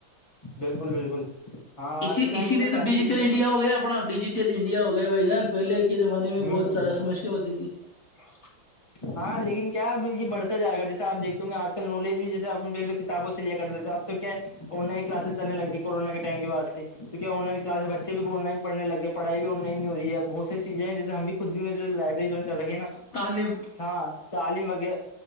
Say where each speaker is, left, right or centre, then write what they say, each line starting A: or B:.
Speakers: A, on the left (about 15°); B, on the left (about 45°).
A: بالکل بالکل ہاں
B: اسی
A: آج کے ٹائم
B: اسی
A: بالکل
B: لیے
A: ٹائم
B: تو ڈیجیٹل
A: بھی نہیں
B: انڈیا
A: ہے
B: ہو گیا اپنا ڈیجیٹل انڈیا ہو گیا بھائی جان پہلے کے زمانے
A: ہے
B: میں بہت
A: ہوں
B: زیادہ سسیا ہوتی تھی
A: <unintelligible> ہاں لیکن کیا اب یہ بڑتا جائے گا جیسے آ دیکھتے ہو گے آج کل نالج بھی جیسے کتابوں سے لیا کر دیتا تھا اب تو کیا آن لائن کلاسز چل لگی کونا کے ٹائم کے بد سے تو کیا آن لائن کلاسز بچے بھی کو آن لائن پڑنے لگے پڑائی بھی آن لائن نہیں ہوی ہے بہ س چیزیں جیسے ہم بھی خود بھی میں لائبری جوائ کرکے نا
B: طالب
A: ہاں تعلیم وغیرہ